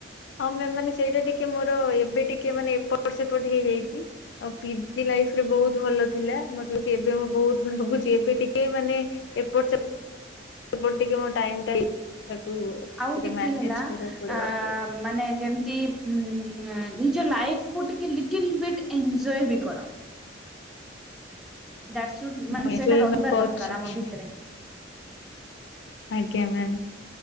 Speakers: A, on the left; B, in the centre.
A: ହଁ ମ୍ୟାମ ମାନେ ସେଇଟା ଟିକେ ମୋର ଏବେ ଟିକେ ମାନେ ଏପଟ ସେପଟ ହେଇଯାଇଛି। ଆଉ ପିଜି ଲାଇଫରେ ବହୁତ ଭଲ ଥିଲା ମତେ କଛି ଏବେ ମୁଁ ବହୁତ ଭାବୁଛି ଏବେ ଟିକେ ମାନେ ଏପର ସେ ସେପଟ ଟିକେ ମୋ ଟାଇମଟା ତାକୁ
B: ଆଉ
A: ଟିକେ ମ୍ୟାନେଜ
B: ହେଲା
A: କରିବାକୁ ପଡିବ
B: ଆ
A: ଆଉ ଟିକେ।
B: ମାନେ ଯେମତି ଉଁ ନିଜ ଲାଇଫକୁ ଟିକେ ଲିଟ ବିଟ୍ ଏନଜୟ ବି କର। ଦ୍ୟାଟସୁଡ୍ ମାନେ
A: ମୁଁ
B: ସେଇଟା
A: <unintelligible>
B: ରହିବା
A: କରଛି।
B: ଦରକାର ଆମ ଭିତରେ।
A: ଆଜ୍ଞା ma'am.